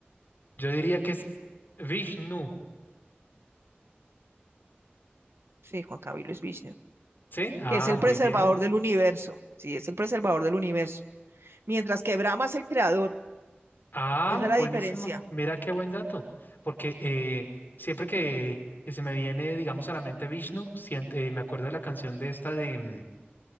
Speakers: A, on the left; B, on the right.
A: yo diría que es Vishnu.
B: Sí, Juan Camilo es Vishnu,
A: Sí, ah,
B: que es el
A: muy
B: preservador
A: bien.
B: del universo. Sí, es el preservador del universo. Mientras que Brahma es el creador.
A: Ah,
B: Esa es la
A: buenísimo.
B: diferencia.
A: Mira qué buen dato. Porque eh, siempre que, que se me viene, digamos, a la mente Vishnu, sien- eh, me acuerdo de la canción de esta de, mm,